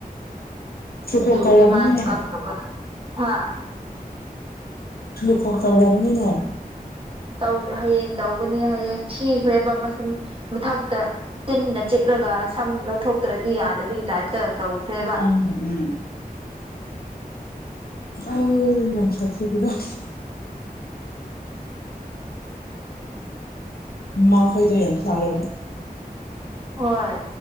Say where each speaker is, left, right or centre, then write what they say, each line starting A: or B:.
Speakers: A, on the left (about 75°); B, on the right (about 35°).
A: ꯁꯨꯀꯣ
B: ꯑꯗꯨ
A: ꯇꯧꯔꯝꯅꯤꯅꯦ
B: ꯑꯗꯨꯃꯥꯏꯅ ꯀꯛꯅꯕ ꯍꯥ
A: <unintelligible> ꯇꯧꯔꯝꯅꯤꯅꯦ
B: ꯇꯧ ꯍꯌꯦꯡ ꯇꯧꯒꯅꯤ ꯍꯥꯏꯌꯦ ꯊꯤꯈ꯭ꯔꯦꯕ ꯃꯁꯝ ꯃꯊꯛꯇ ꯇꯤꯟꯅ ꯆꯤꯛꯂꯒ ꯁꯝ ꯂꯧꯊꯣꯛꯇ꯭ꯔꯗꯤ ꯌꯥꯗꯕꯒꯤ ꯇꯥꯏꯞꯇ ꯇꯧꯈ꯭ꯔꯦ <unintelligible>
A: <unintelligible> ꯎꯝ ꯑꯧ ꯌꯥꯝ ꯁꯥꯊꯤꯕꯗꯣ ꯃꯈꯣꯏꯗꯣ ꯌꯥꯝ ꯁꯥꯎꯔꯝ
B: ꯍꯣꯏ